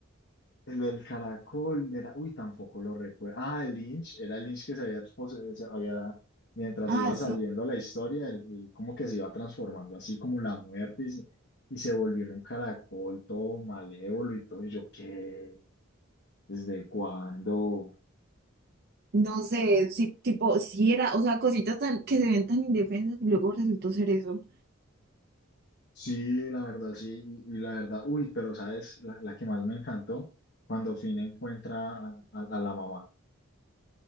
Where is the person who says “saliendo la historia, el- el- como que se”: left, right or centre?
Left